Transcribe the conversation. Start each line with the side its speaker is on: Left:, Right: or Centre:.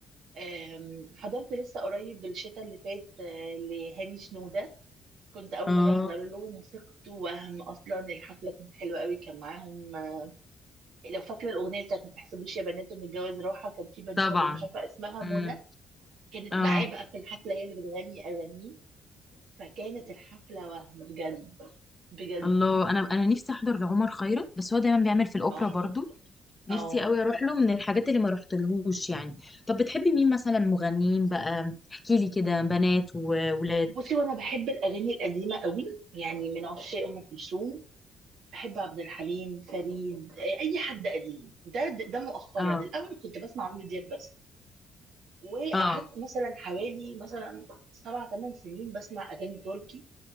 Right: أم، حضرت لسه قريب الشتاء اللي فات آه، لهاني شنوده كنت اول
Left: اه
Right: مره احضر له موسيقته وهم اصلا الحفله كانت حلوه قوي كان معاهم آه، لو فاكره الاغنيه بتاعت ما تحسبوش يا بنات ان الجواز راحه كان في بنوته
Left: طبعا
Right: كده مش عارفه اسمها
Left: امم
Right: منى كانت معاه
Left: اه
Right: بقى في الحفله هي اللي بتغني اغانيه فكانت الحفله وهم بجد بجد
Left: الله انا انا نفسي احضر لعمر خيرت بس هو دايما بيعمل في الاوبرا
Right: اه
Left: برضو نفسي
Right: اه
Left: قوي اروح له من الحاجات اللي ما رحتلهوش يعني طب بتحبي مين مثلا مغنيين بقى احكي لي كده بنات وولاد
Right: بصي وانا بحب الاغاني القديمه قوي يعني من عشاق ام كلثوم بحب عبد الحليم فريد اي حد قديم ده ده ده مؤخرا
Left: اه
Right: الاول كنت بسمع عمرو دياب بس وقعدت
Left: اه
Right: مثلا حوالي مثلا سبع ثمان سنين بسمع اغاني تركي